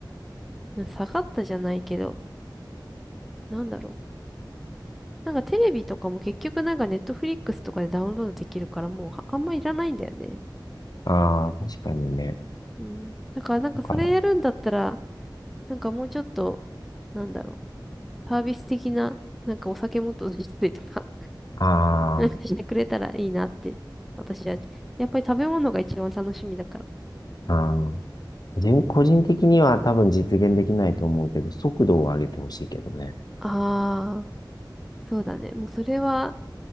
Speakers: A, in the centre; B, on the left.
A: な下がったじゃないけど、なんだろう。なんかテレビとかも結局なんかネットフリックスとかでダウンロードできるから、もうはあんまいらないんだよね。
B: ああ、確かにね。
A: うん。だからなんかそれやるんだったら、
B: だから、
A: なんかもうちょっと、なんだろう。サービス的な、なんかお酒もっと出したりとか
B: あ
A: なんかしてくれたらいいなって、私は、やっぱり食べ物が一番楽しみだから。
B: あ、ああ、個人個人的には多分実現できないと思うけど、速度を上げてほしいけどね。
A: ああ、そうだね。もうそれは、